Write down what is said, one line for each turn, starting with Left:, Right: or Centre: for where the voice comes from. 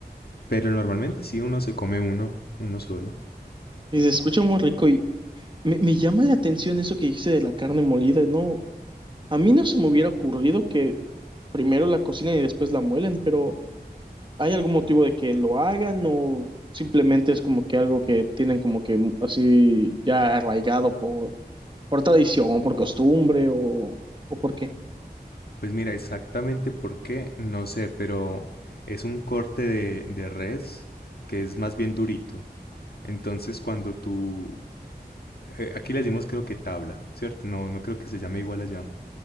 Left: pero normalmente sí uno se come uno, uno solo.
Right: Y se escucha muy rico y me, me llama la atención eso que dice de la carne molida, ¿no? A mí no se me hubiera ocurrido que primero la cocinen y después la muelen, pero ¿hay algún motivo de que lo hagan o simplemente es como que algo que tienen como que así ya arraigado por, por tradición, por costumbre o, o por qué?
Left: Pues mira, exactamente por qué, no sé, pero es un corte de, de res que es más bien durito. Entonces, cuando tú, eh, aquí le decimos creo que tabla, ¿cierto? No, no creo que se llame igual allá.